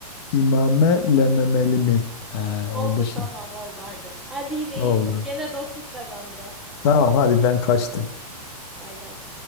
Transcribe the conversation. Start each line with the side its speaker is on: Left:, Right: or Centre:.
Left: imamelememeli mi? He,
Centre: Oldu
Left: oldu şimdi.
Centre: tamam oldu hadi. Hadi yine
Left: Oldu.
Centre: iyisin. Gene dostluk kazandı.
Left: Tamam hadi ben kaçtım.
Centre: Bay bay.